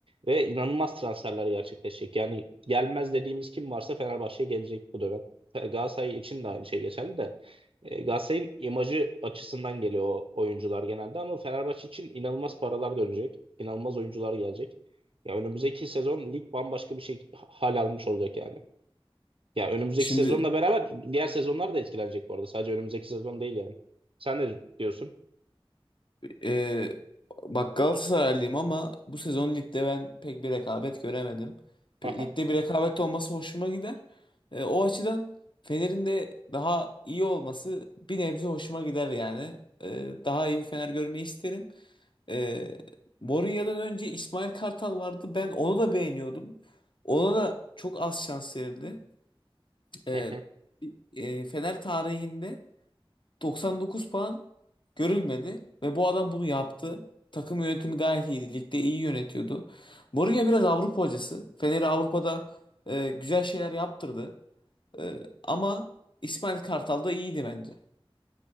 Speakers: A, on the right; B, on the left.
A: Ve inanılmaz transferler gerçekleşecek. Yani gelmez dediğimiz kim varsa Fenerbahçe'ye gelecek bu dönem. Galatasaray için de aynı şey geçerli de. Ee, Galatasaray'ın imajı açısından geliyor o oyuncular genelde ama Fenerbahçe için inanılmaz paralar dönecek. İnanılmaz oyuncular gelecek. Ya önümüzdeki sezon lig bambaşka bir şey hal almış olacak yani. Ya önümüzdeki
B: Şimdi
A: sezonla beraber diğer sezonlar da etkilenecek bu arada. Sadece önümüzdeki sezon değil yani. Sen ne diyorsun?
B: Ee, bak Galatasaraylıyım ama bu sezon ligde ben pek bir rekabet göremedim. Pe-
A: <laughs> Aha.
B: Ligde bir rekabet olması hoşuma gider. Ee, o açıdan Fener'in de daha iyi olması bir nebze hoşuma gider yani. Ee, daha iyi bir Fener görmeyi isterim. Ee, Mourinho'dan önce İsmail Kartal vardı. Ben onu da beğeniyordum. Ona da çok az şans verildi. Ee,
A: Hı hı.
B: e, Fener tarihinde 99 puan görülmedi ve bu adam bunu yaptı. Takım yönetimi gayet iyiydi. Ligde iyi yönetiyordu. Mourinho biraz Avrupa hocası. Fener'i Avrupa'da e, güzel şeyler yaptırdı. E, ama İsmail Kartal da iyiydi bence.